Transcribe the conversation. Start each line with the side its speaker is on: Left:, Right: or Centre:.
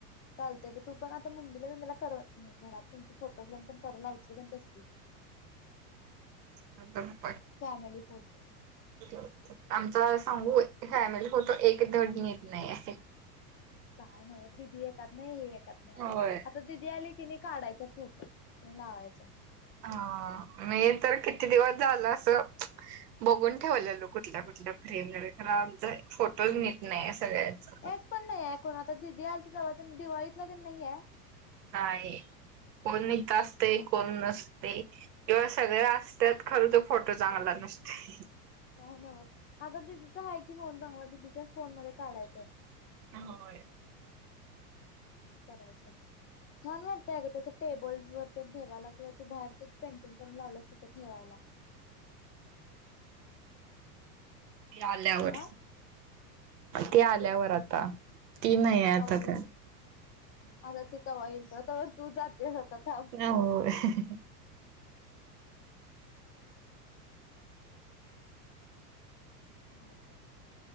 Left: चालतय, बघ तू पण आता मम्मीला बिम्मिला कर, घरात तुमची फोटो फ्रेम करुन लावाचील कणी तसली.
Right: अ म
Left: फॅमिली फोटोची
Right: <inaudible> आमचा सांगू,, फॅमिली फोटो एक धड नीट नाहीयेय.
Left: काय नवंच दीदि एकात नाही हे एकात नाही,
Right: होय.
Left: आता दीदी आली कणी काढायचा फोटो आणी लावायचं.
Right: हां, मी तर किती दिवस झालं असं बघून ठेवलेलो कुठल्या कुठल्या फ्रेम, खरं आमचं फोटोज नीट नाही सगळ्यांचा.
Left: एक पण नाहीयेय, कोण आता दिदी आलती तव्हा, दिवाळीतला तन नाहीयेय.
Right: नाही, कोण इथ असतय
Left: का
Right: कोण नस ते, किंवा सगळे असतात खरं तो फोटो चांगला नसतोय.
Left: काय नाय व्हत आता दिदीचा हाय की फोन चांगला दिदीच्याच फोन मध्ये काढायचं.
Right: होय.
Left: अनं करायचं. छान वाटतंय अगं तसं टेबल वरती ठेवायला किंवा तू बाहेर ते पेंटिंग करून लावलंस तिथं ठेवाला.
Right: हे आल्यावर
Left: आ हा
Right: ते आल्यावर
Left: तेच की
Right: आता ती नाही
Left: आता
Right: आहे
Left: कवा येईल
Right: त्यात.
Left: आता ते कवा येईल तवा तवर तू जातेस आता थांब
Right: <unintelligible>
Left: असला भारी आय.